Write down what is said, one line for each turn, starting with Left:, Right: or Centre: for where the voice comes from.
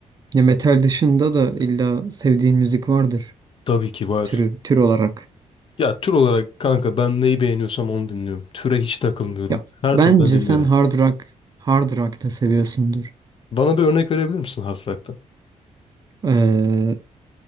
Right: ya metal dışında da illa sevdiğin müzik vardır
Left: Tabii ki var.
Right: türü, tür olarak.
Left: Ya tür olarak kanka ben neyi beğeniyorsam onu dinliyorum. Türe hiç takılmıyorum.
Right: Ya
Left: Her
Right: bence
Left: türden dinlerim.
Right: sen hard rock, hard rock da seviyorsundur.
Left: Bana bir örnek verebilir misin hard rock'tan?
Right: Ee,